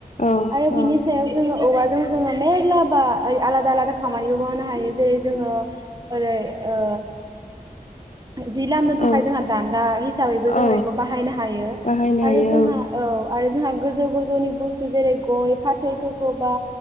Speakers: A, on the left; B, on the right.
A: औ
B: आरो बिनि
A: औ
B: सायाव औवाजों जोङो मेरला बा ओ आलादा आलादा खामानिबो मावनो हायो जेरै जोङो ओरै ओ जि लामनो
A: औ
B: थाखाय
A: औ
B: जोंहा दान्दा हिसाबैबो
A: औ
B: जोङो एखौ बाहायनो हायो।
A: बाहायनो हायो
B: आरो जोंहा औ आरो जोंहा गोजौ गोजौनि बुस्थु जेरै गय, फाथै खौबा